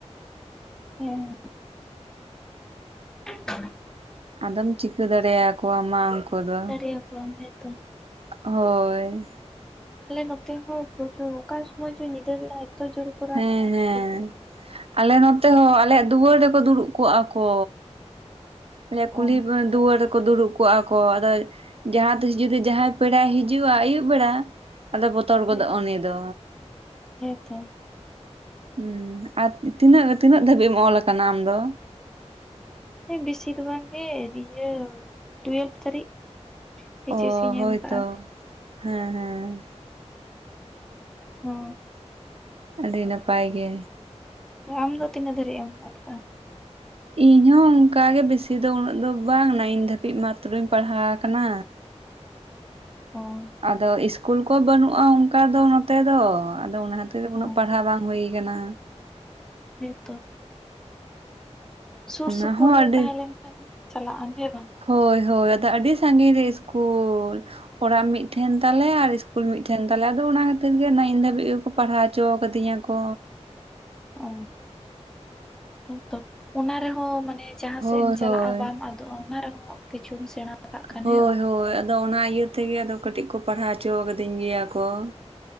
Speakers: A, in the centre; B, on the right (about 55°).
A: ᱦᱮᱸ <inaudible>
B: ᱟᱫᱚᱢ ᱪᱤᱠᱟᱹ ᱫᱟᱲᱮᱭᱟᱠᱚᱣᱼᱟ ᱢᱟ ᱩᱱᱠᱩ ᱫᱚ
A: ᱪᱤᱠᱟᱹ ᱠᱚᱣᱟᱢ ᱦᱮᱛᱚ
B: ᱦᱳᱭ
A: ᱟᱞᱮ ᱱᱚᱛᱮ ᱦᱚᱸ ᱯᱨᱚᱪᱩᱨ ᱚᱠᱟ ᱥᱚᱢᱚᱭ ᱪᱚ ᱧᱤᱫᱟᱹ ᱵᱮᱲᱟ ᱮᱛᱚ ᱡᱳᱨ ᱠᱚ ᱨᱟᱜᱟ
B: ᱦᱮᱸ
A: ᱵᱟᱝ
B: ᱦᱮᱸ
A: ᱟᱹᱰᱤ ᱡᱳᱨ
B: ᱟᱞᱮ ᱱᱚᱛᱮ ᱦᱚᱸ ᱟᱞᱮᱭᱟᱜ ᱫᱩᱣᱟᱹᱨ ᱨᱮᱠᱚ ᱫᱩᱲᱩᱵ ᱠᱚᱜᱼᱟ ᱠᱚ ᱢᱟᱱᱮ ᱠᱩᱞᱦᱤ
A: ᱚ
B: ᱫᱩᱣᱟᱹᱨ ᱨᱮᱠᱚ ᱫᱩᱲᱩᱵ ᱠᱚᱜᱼᱟ ᱠᱚ ᱟᱫᱚ ᱡᱟᱦᱟᱸ ᱛᱤᱥ ᱡᱩᱫᱤ ᱡᱟᱦᱟᱸᱭ ᱯᱮᱲᱟᱭ ᱦᱤᱡᱩᱜᱼᱟ ᱟᱭᱩᱵ ᱵᱮᱲᱟ ᱟᱫᱚᱭ ᱵᱚᱛᱚᱨ ᱜᱚᱫᱚᱜᱼᱟ
A: ᱦᱮᱸ
B: ᱩᱱᱤ ᱫᱚ
A: ᱦᱮᱸᱛᱚ
B: ᱦᱩᱸ ᱟᱨ ᱛᱤᱱᱟᱹᱜ ᱛᱤᱱᱟᱹᱜ ᱫᱷᱟᱹᱵᱤᱡ ᱮᱢ ᱚᱞ ᱟᱠᱟᱱᱟ ᱟᱢ ᱫᱚ
A: ᱦᱮᱸ ᱵᱮᱥᱤ ᱫᱚ ᱵᱟᱝ ᱜᱮ ᱱᱤᱭᱟᱹ ᱴᱩᱭᱮᱞᱵᱷ ᱫᱷᱟᱹᱨᱤᱡ ᱮᱪ
B: ᱚ
A: ᱮᱥ ᱤᱧ
B: ᱦᱳᱭᱛᱚ
A: ᱮᱢ ᱟᱠᱟᱜᱼᱟ
B: ᱦᱮᱸ ᱦᱮᱸ
A: ᱦᱩᱸ
B: ᱟᱹᱰᱤ ᱱᱟᱯᱟᱭ ᱜᱮ
A: ᱟᱢ ᱫᱚ ᱛᱤᱱᱟᱹᱜ ᱫᱷᱟᱹᱨᱤᱡ ᱮᱢ ᱚᱞ ᱟᱠᱟᱜᱼᱟ ᱾
B: ᱤᱧ ᱦᱚᱸ ᱚᱱᱠᱟ ᱜᱮ ᱵᱤᱥᱤ ᱫᱚ ᱩᱱᱟᱹᱜ ᱫᱚ ᱵᱟᱝ ᱱᱟᱭᱤᱱ ᱫᱷᱟᱹᱵᱤᱡ ᱢᱟᱛᱨᱚᱧ ᱯᱟᱲᱦᱟᱣ ᱟᱠᱟᱱᱟ
A: ᱚ
B: ᱟᱫᱚ ᱤᱥᱠᱩᱞ ᱠᱚ ᱵᱟᱹᱱᱩᱜᱼᱟ ᱚᱱᱠᱟ ᱫᱚ ᱱᱚᱛᱮ ᱫᱚ ᱟᱫᱚ ᱚᱱᱟ ᱠᱷᱟᱹᱛᱤᱨ ᱩᱱᱟᱹᱜ
A: ᱚ
B: ᱯᱟᱲᱦᱟᱣ ᱵᱟᱝ ᱦᱩᱭ ᱟᱠᱟᱱᱟ
A: ᱦᱮᱸᱛᱚ ᱥᱩᱨ
B: ᱚᱱᱟ
A: ᱥᱩᱯᱩᱨ
B: ᱦᱚᱸ
A: ᱨᱮᱭ
B: ᱟᱹᱰᱤ
A: ᱛᱟᱦᱮᱸ ᱞᱮᱱ ᱠᱷᱟᱱ ᱪᱟᱞᱟᱜᱼᱟ ᱦᱮ ᱵᱟᱝ
B: ᱦᱳᱭ ᱦᱳᱭ ᱟᱫᱚ ᱟᱹᱰᱤ ᱥᱟᱺᱜᱤᱧ ᱨᱮ ᱤᱥᱠᱩᱞ ᱚᱲᱟᱜ ᱢᱤᱫᱴᱷᱮᱱ ᱛᱟᱞᱮ ᱟᱨ ᱤᱥᱠᱩᱞ ᱢᱤᱫᱴᱷᱮᱱ ᱛᱟᱞᱮ ᱟᱫᱚ ᱚᱱᱟ ᱠᱷᱟᱹᱛᱤᱨ ᱜᱮ ᱱᱟᱭᱤᱱ ᱫᱷᱟᱹᱵᱤᱡ ᱜᱮ ᱯᱟᱲᱦᱟᱣ ᱦᱚᱪᱚ ᱟᱠᱟᱫᱤᱧᱟᱹ ᱠᱚ
A: ᱚ ᱦᱮᱸ ᱛᱚ ᱚᱱᱟ ᱨᱮᱦᱚᱸ ᱢᱟᱱᱮ ᱡᱟᱦᱟᱸ
B: ᱦᱳᱭ
A: ᱥᱮᱫ ᱮᱢ ᱪᱟᱞᱟᱜᱼᱟ
B: ᱦᱳᱭ
A: ᱵᱟᱢ ᱟᱫ ᱛᱚ ᱚᱱᱟ ᱨᱮᱦᱚᱸᱠᱤᱪᱷᱩᱢ ᱥᱮᱬᱟ ᱠᱟᱜ ᱠᱷᱟᱱ
B: ᱦᱳᱭ
A: ᱦᱮᱸ ᱵᱟᱝ
B: ᱦᱳᱭ ᱟᱫᱚ ᱚᱱᱟ ᱤᱭᱟᱹ ᱛᱮᱜᱮ ᱟᱫᱚ ᱠᱟᱹᱴᱤᱡ ᱠᱚ ᱯᱟᱲᱦᱟᱣ ᱦᱚᱪᱚ ᱠᱟᱹᱫᱤᱧ ᱜᱮᱭᱟ ᱠᱚ ᱾